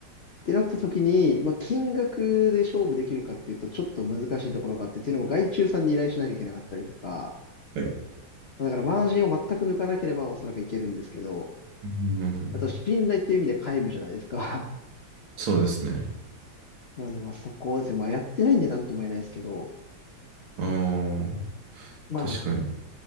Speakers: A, on the left (about 70°); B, on the right (about 80°).
A: ってなった時に、まあ、金額で勝負できるかっていうと、ちょっと難しいところがあって、っていうのも外注さんに依頼しなきゃいけなかったりとか、
B: はい。
A: まあだからマージンを全く抜かなければおそらくいけるんですけど、
B: うん、
A: あと信頼っていう意味で皆無じゃないですか。
B: そうですね。
A: <laughs> なのでまあそこをですね、まあやってないんでなんとも言えないですけど、
B: ああ、
A: まあなんか、
B: 確かに。